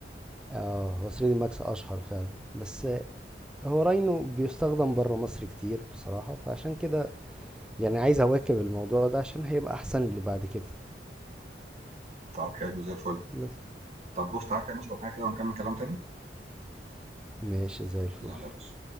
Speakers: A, in the centre; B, on the right.
A: اه هو 3 دي ماكس اشهر فعلا بس هو راينو بيستخدم برا مصر كتير بصراحة فعشان كده يعني عايز اواكب الموضوع ده عشان هيبقى احسن لي بعد كده
B: طَب حلو زي الفل.
A: بس
B: طب بُص، تعالَ كده نشرب حاجة كده ونكمّل كلام تاني،
A: ماشي زي الفل
B: يالّا يا باشا.